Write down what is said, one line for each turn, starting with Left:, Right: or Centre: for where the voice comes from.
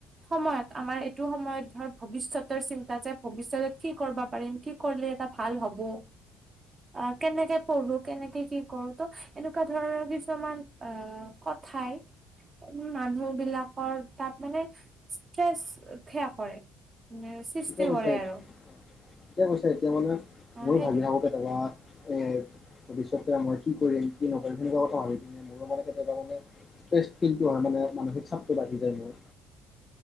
Right: সময়ত আমাৰ এইটো সময়ত ধৰ ভৱিষ্যতৰ চিন্তা, যে ভৱিষ্যতত কি কৰিব পাৰিম কি। কৰিলে এটা ভাল হ'ব। অ' কেনেকে পঢ়ো কেনেকে কি কৰো ত' এনেকুৱা ধৰণৰ কিছুমান অ'। কথাই। উম', মানুহ বিলাকৰ তাত মানে ষ্ট্ৰেচ সেয়া কৰে মানে। সৃষ্টি
Left: কৈছা
Right: কৰে
Left: এতিয়া
Right: আৰু
Left: কৈছা এতিয়া মানে
Right: অ সেইটোৱে
Left: ভাবি থাকো। কবাত এ। ভৱিষ্যতে মই কি কৰিম কি নকৰিম, সেনেকুৱা কথা ভাবি কিনে মোৰো মানে কেতিয়াবা মানে। ষ্ট্ৰেচ ফিল হয় মানে মানসিক চাপটো বাঢ়ি যায় মোৰ।